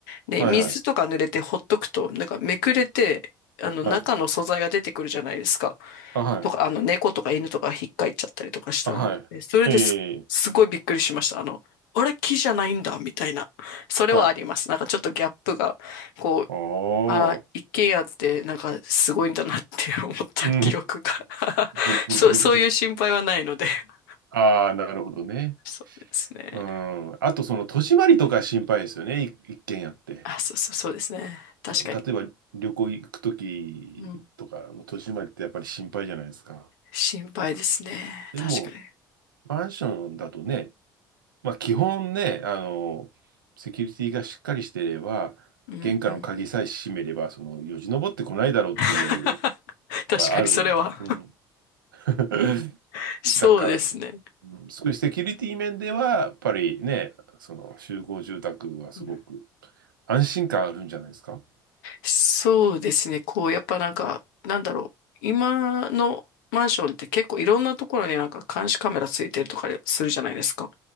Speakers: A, on the left; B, on the right.
A: で、
B: はい、
A: 水とか濡れてほっとくと、
B: はい、
A: なんかめくれて、あの、
B: はい、
A: 中の素材が出てくるじゃないですか。
B: あ、はい、
A: とか、あの、猫とか犬とか引っかいちゃったりとかしたら、
B: あ、はい、
A: えそれです、
B: ええ
A: すごいびっくりしました。あの、あれ、木じゃないんだ、みたいな。それはあります。
B: はい、
A: なんかちょっとギャップが、こ
B: ああ、
A: あ、一軒家ってなんかすごいんだなって思った記憶が
B: うん、
A: <laughs>
B: <laughs>
A: そう、そういう心配はないので <laughs>
B: ああ、なるほどね。
A: そうですね。
B: うん。あと、その、戸締まりとか心配ですよね。い一軒家って。
A: あ、そうそう、そうですね。確かに。
B: 例えば、旅行行くときとか、
A: うん。
B: 戸締まりってやっぱり心配じゃないですか。
A: 心配ですね。
B: でも、
A: 確かに。
B: マンションだとね、まあ、基本ね、あの、セキュリティがしっかりしていれば、
A: うんうん。
B: 玄関の鍵さえ閉めれば、その、よじ登ってこないだろうっていう、
A: <laughs>
B: や
A: 確かにそれは
B: っぱある。うん。<laughs>
A: <laughs> そうですね。
B: だから、うんそういうセキュリティ面では、やっぱりね、その集合住宅はすごく
A: うん
B: 安心感あるんじゃないですか。
A: そうですね。こう、やっぱなんか、なんだろう。今のマンションって結構いろんなところになんか監視カメラついてるとかするじゃないですか。